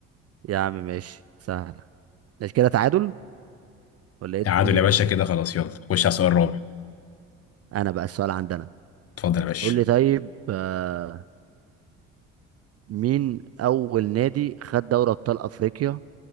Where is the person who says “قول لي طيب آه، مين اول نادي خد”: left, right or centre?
Right